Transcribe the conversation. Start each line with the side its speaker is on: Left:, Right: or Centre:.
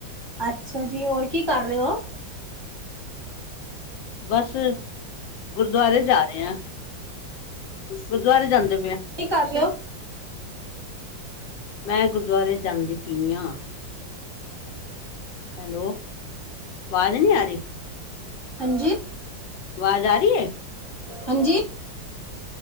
Right: ਅੱਛਾ ਜੀ ਹੋਰ ਕੀ ਕਰ ਰਹੇ ਹੋ?
Left: ਬਸ ਗੁਰਦੁਆਰੇ ਜਾ ਰਹੇ ਹਾਂ, ਗੁਰਦੁਆਰੇ ਜਾਂਦੇ
Right: ਕੀ ਕਰ ਰਹੇ ਹੋ
Left: ਮੈਂ ਗੁਰਦੁਆਰੇ ਜਾਂਦੀ ਪਈ ਆਂ। ਹੈਲੋ, ਆਵਾਜ਼ ਨਹੀਂ ਆ ਰਹੀ।
Right: ਹਾਂਜੀ,
Left: ਆਵਾਜ਼ ਆਰੀ <inaudible>
Right: ਹਾਂਜੀ,